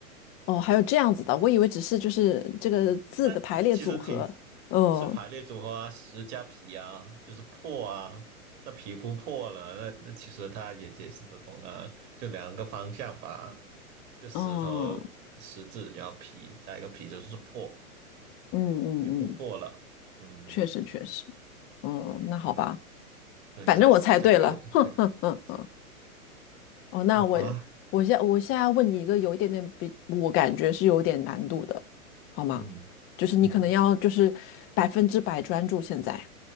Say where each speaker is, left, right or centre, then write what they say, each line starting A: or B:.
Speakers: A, on the left (about 30°); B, on the right (about 45°).
A: 哦，还有这样子的，我以为只是就是这个字的排列组合。
B: 那其实挺
A: 哦
B: 是排列组合啊，石加皮啊，就是破啊。那皮肤破了，那那其实它也解释得通啊，就两个方向吧，就石头石字，
A: 哦
B: 然后皮加一个皮就是破。
A: 嗯嗯嗯，
B: 也不错了。嗯
A: 确实确实。嗯，那好吧，
B: 嗯，那你再再给我再给
A: 反正我猜对了。<laughs> 哼哼哼哼。哦，那我
B: 我，好吧？
A: 我现我现在问你一个有一点点比我感觉是有点难度的，好吗？
B: 嗯嗯，
A: 就是你可能要就是百分之百专注现在。